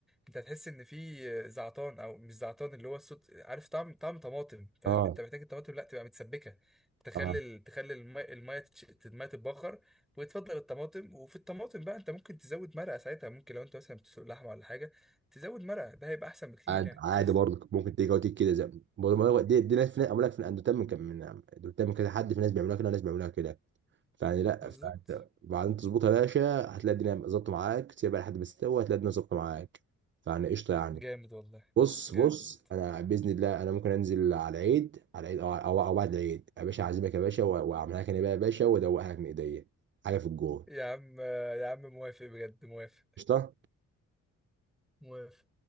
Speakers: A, in the centre; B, on the right (about 40°).
A: انت هتحس ان في زعتان او مش زعتان اللي هو الصوت عارف طعم طعم طماطم فاهم
B: اه
A: انت محتاج الطماطم لا تبقى متسبكه تخلي
B: اه
A: ال- تخلي الماء الماء تتش- الماء تتبخر وتفضل الطماطم وفي الطماطم بقى انت ممكن تزود مرقه ساعتها ممكن لو انت مثلا بتسلق لحمه ولا حاجه تزود مرقه ده هيبقى احسن بكتير
B: عاد-
A: يعني
B: عادي
A: بس
B: برضه ممكن تيجي وتيجي كده زي برضه ما هو دي, دي ناس في ناس اقول لك في اندوتام من كم من اندوتام من كذا حد في ناس بيعملوها كده وناس بيعملوها كده فيعني لا
A: بالظبط
B: فانت بعدين تظبطها يا باشا هتلاقي الدنيا ظبطت معاك تسيبها لحد ما تستوي هتلاقي الدنيا ظبطت معاك فيعني قشطه يعني
A: جامد والله
B: بص
A: جامد
B: بص انا باذن الله انا ممكن انزل على العيد على العيد او او أو بعد العيد يا باشا اعزمك يا باشا و- واعملها لك انا بقى يا باشا وادوقها لك من ايديا حاجه في الجون
A: يا عم يا عم موافق بجد موافق
B: قشطه
A: موافق